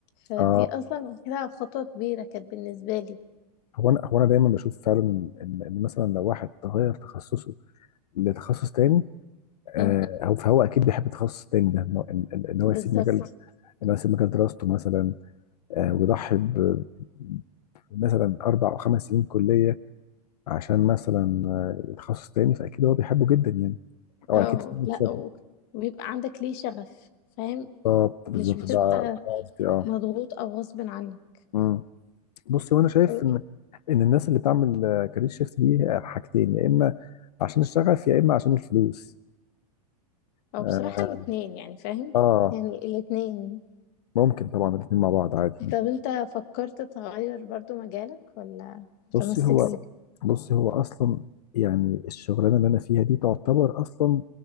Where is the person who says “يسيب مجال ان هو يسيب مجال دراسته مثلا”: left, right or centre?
Left